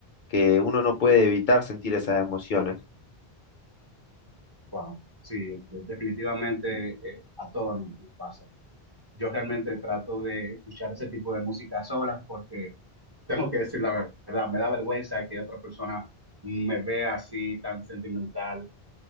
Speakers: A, on the left; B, on the right.
A: que uno no puede evitar sentir esas emociones.
B: Wow, sí, de- definitivamente eh, a todos nos nos pasa. Yo realmente trato de escuchar ese tipo de música sola porque tengo que decir la verdad, me da vergüenza que otra persona me vea así tan sentimental.